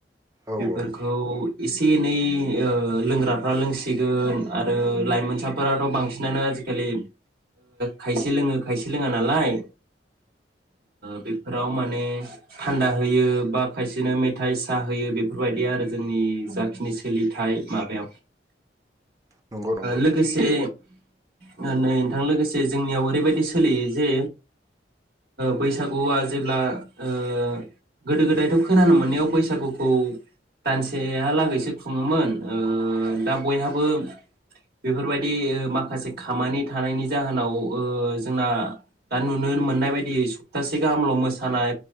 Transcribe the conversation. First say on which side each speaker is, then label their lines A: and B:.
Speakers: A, on the right; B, on the right.
A: औ
B: बेफोरखौ
A: औ
B: एसे एनै लोंग्राफ्रा लोंसिगोन आरो लाइमोनसाफोराथ' बांसिनानो आजिखालि खायसे लोङो खायसे लोङा नालाय बेफोराव माने थान्दा होयो बा खायसेनो मेथाइ साहा होयो बेफोरबायदि आरो जोंनि जाखिनि सोलिथाय माबायाव
A: नंगौ नंगौ
B: लोगोसे नै नोंथां लोगोसे जोंनियाव ओरैबायदि सोलियो जे बैसागुआ जेब्ला ओ ओ गोदो गोदायथ' खोनानो मोननायाव बैसागुखौ दानसेहालागैसो खुङोमोन ओ दा बयहाबो बेफोरबायदि माखासे खामानि थानायनि जाहोनाव ओ जोंना दा नुनो मोननाय बादियै सप्तासे गाहामल' मोसानाय